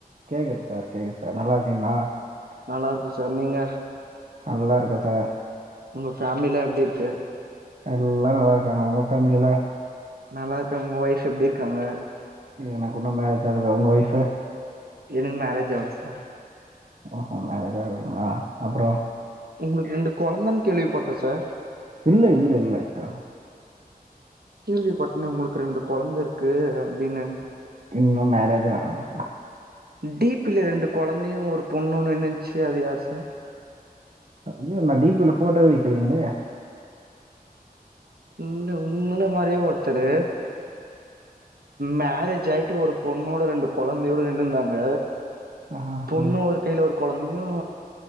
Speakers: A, on the right; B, on the right.
A: கேக்குது சார் கேக்குது சார் நல்லா இருக்கீங்களா
B: நல்லா இருக்க சார் நீங்க
A: நல்லா இருக்க சார்
B: உங்க ஃபேமிலிலாம் எப்பிடி இருக்கு
A: எல்லாம் நல்லா இருக்காங்க உங்க ஃபேமிலில
B: நல்லா இருக்கே உங்க ஒய்ஃப் எப்பிடி இருக்காங்க
A: எனக்கு உன்னும் மேரேஜ் ஆகல உங்க வைஃப்
B: எனக்கு மேரேஜ் ஆவல சார்
A: ஓஹோ மேரேஜா ஆகலீங்களா அப்பறம்
B: உங்களுக்கு ரெண்டு கொழந்தன்னு கேள்விப்பட்டேன் சார்
A: இல்ல இல்ல இல்ல அக்கா
B: கேள்விப்பட்டேனே உங்களுக்கு ரெண்டு கொழந்தை இருக்கு அப்பிடின்னு
A: இன்னும் மேரேஜ் ஆ
B: டீப்ல ரெண்டு கொழந்தையும் ஒரு பொண்ணுன்னு நின்னுச்சு அது யாரு சார்
A: அய்யோ நான் டிபில போட்டோவே வைக்கலீங்களே
B: இல்ல உங்கள மாரியே ஒருத்தரு மேரேஜ் ஆயிட்டு ஒரு பொண்ணோட ரெண்டு கொழந்தையோடு நின்னுருந்தாங்க
A: ஆஹா
B: பொண்ணு ஒரு கையில் ஒரு கொழந்தையும்